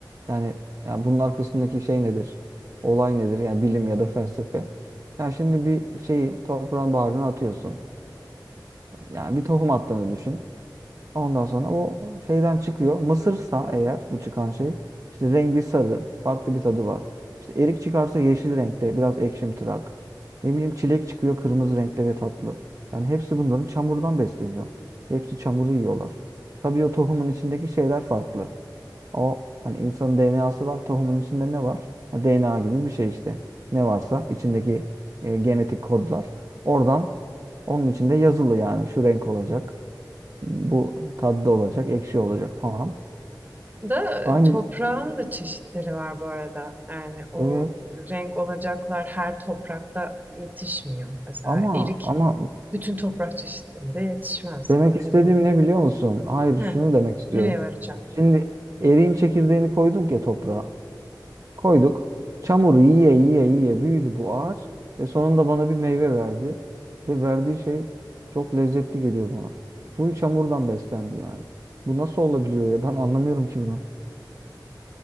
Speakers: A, on the right; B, on the right.
A: Yani ya bunun arkasındaki şey nedir? Olay nedir? Yani bilim ya da felsefe. Ya şimdi bir şeyi toprağın bağrına atıyorsun. Yani bir tohum attığını düşün. Ondan sonra o şeyden çıkıyor. Mısırsa eğer bu çıkan şey işte rengi sarı, farklı bir tadı var. İşte erik çıkarsa yeşil renkte, biraz ekşimtırak. Ne bileyim çilek çıkıyor kırmızı renkte ve tatlı. Yani hepsi bunların çamurdan besleniyor. Hepsi çamuru yiyorlar. Tabii o tohumun içindeki şeyler farklı. O hani insanın DNA'sı var, tohumun içinde ne var? Ha, DNA gibi bir şey işte. Ne varsa içindeki e, genetik kodlar oradan onun içinde yazılı yani şu renk olacak. Bu tatlı olacak, ekşi olacak falan.
B: Da
A: Aynı
B: toprağın da çeşitleri var bu arada. Yani o
A: evet.
B: renk olacaklar her toprakta yetişmiyor. Mesela
A: Ama
B: erik
A: ama
B: bütün toprak çeşitlerinde yetişmez
A: demek
B: ya da ne
A: istediğim
B: bileyim.
A: ne biliyor musun? Hayır,
B: Heh,
A: şunu demek istiyorum.
B: nereye varacağım?
A: Şimdi eriğin çekirdeğini koyduk ya toprağa. Koyduk. Çamuru yiye yiye yiye büyüdü bu ağaç ve sonunda bana bir meyve verdi. Ve verdiği şey çok lezzetli geliyor bana. Full çamurdan beslendi yani. Bu nasıl olabiliyor ya? Ben anlamıyorum ki bunu. <laughs>